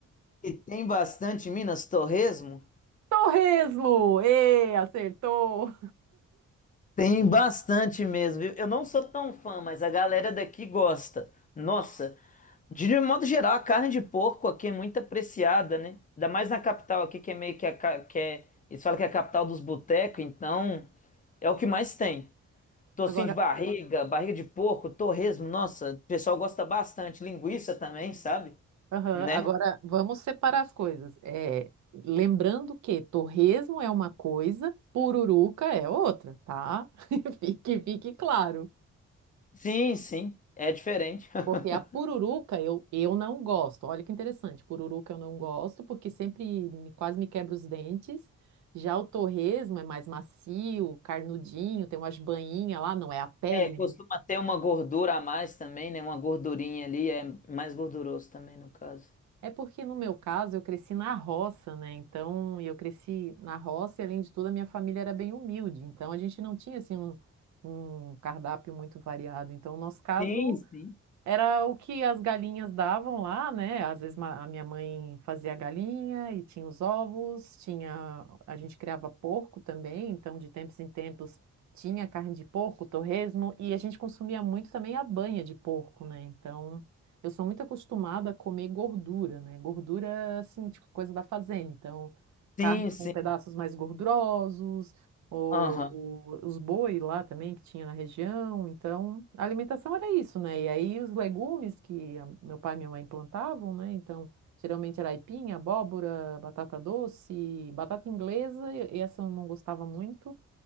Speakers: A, on the left (about 30°); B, on the right (about 70°).
A: e tem bastante em Minas, torresmo.
B: Torresmo! Ê, acertou!
A: Tem bastante mesmo, viu? Eu não sou tão fã, mas a galera daqui gosta. Nossa, de modo geral, a carne de porco aqui é muito apreciada, né? Ainda mais na capital aqui, que é meio que a, ca- que é, eles falam que é a capital dos botecos, então é o que mais tem. Tocinho
B: Agora,
A: de barriga, barriga de porco, torresmo, nossa, o pessoal gosta bastante. Linguiça também, sabe?
B: aham,
A: Né?
B: agora vamos separar as coisas. É, lembrando que torresmo é uma coisa, pururuca é outra, tá? <laughs> Que fique claro.
A: Sim, sim, é diferente. <laughs>
B: Porque a pururuca eu, eu não gosto. Olha que interessante. Pururuca eu não gosto, porque sempre me- quase me quebra os dentes. Já o torresmo é mais macio, carnudinho, tem umas banhinhas lá, não é a pele.
A: É, costuma
B: né?
A: ter uma gordura a mais também, né? Uma gordurinha ali, é mais gorduroso também, no caso.
B: É porque no meu caso eu cresci na roça, né? Então, e eu cresci na roça e além de tudo a minha família era bem humilde. Então a gente não tinha assim um, um cardápio muito variado. Então, no nosso caso
A: Sim, sim.
B: Era o que as galinhas davam lá, né? Às vezes ma- a minha mãe fazia a galinha e tinha os ovos, tinha a gente criava porco também, então de tempos em tempos tinha carne de porco, torresmo e a gente consumia muito também a banha de porco, né? Então eu sou muito acostumada a comer gordura, né? Gordura assim, tipo coisa da fazenda, então carne
A: Sim, sim.
B: com pedaços mais gordurosos, o-
A: Aham.
B: o- os boi lá também que tinha na região. Então, a alimentação era isso, né? E aí os legumes que a- meu pai e minha mãe plantavam, né? Então, geralmente era aipim, abóbora, batata doce, batata inglesa, e- essa eu não gostava muito.